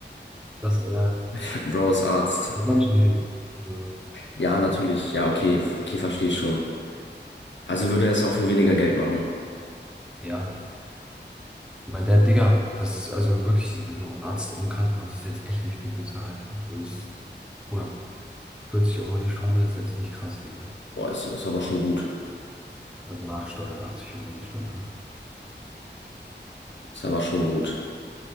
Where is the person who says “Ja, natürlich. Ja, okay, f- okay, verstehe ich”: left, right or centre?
Left